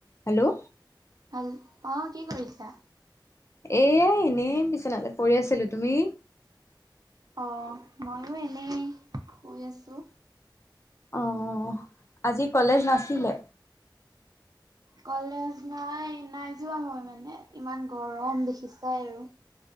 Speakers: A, on the left; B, on the right.
A: Hello,
B: হম, অ কি কৰিছা?
A: এ এনেই বিচনাতে পৰি আছিলো। তুমি?
B: অ মইও এনেই শুই আছো।
A: অঁ আজি কলেজ নাছিলে?
B: কলেজ নাই, নাই যোৱা মই মানে ইমান গৰম দেখিছাই আৰু।